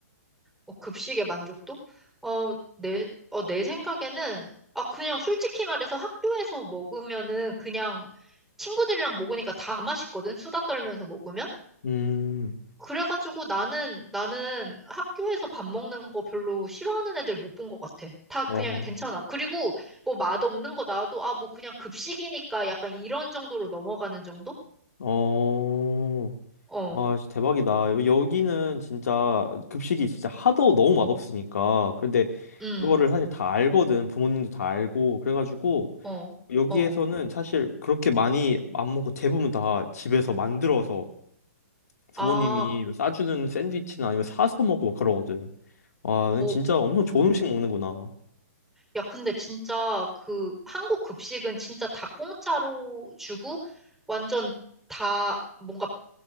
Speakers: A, in the centre; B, on the left.
A: 어, 급식의 만족도? 어, 내, 어, 내 생각에는, 아, 그냥 솔직히 말해서 학교에서 먹으면은 그냥 친구들이랑 먹으니까 다 맛있거든? 수다 떨면서 먹으면?
B: 음,
A: 그래가지고 나는, 나는 학교에서 밥 먹는 거 별로 싫어하는 애들 못 본 것 같아. 다 그냥
B: 어,
A: 괜찮아. 그리고 뭐 맛없는 거 나와도, 아, 뭐 그냥 급식이니까 약간 이런 정도로 넘어가는 정도?
B: 어,
A: 어,
B: 와, 진짜 대박이다. 여- 여기는 진짜 급식이 진짜 하도 너무 맛없으니까. 근데
A: 음,
B: 그거를 사실 다 알거든. 부모님도 다 알고. 그래가지고
A: 어,
B: 여기에서는
A: 어.
B: 사실 그렇게 많이 안 먹고 대부분 다 집에서 만들어서 부모님이
A: 아,
B: 뭐 싸주는 샌드위치나 아니면 사서 먹고 막 그러거든. 와, 넌
A: 어,
B: 진짜 엄청 좋은
A: 음.
B: 음식 먹는구나.
A: 야, 근데 진짜 그 한국 급식은 진짜 다 공짜로 주고 완전 다 뭔가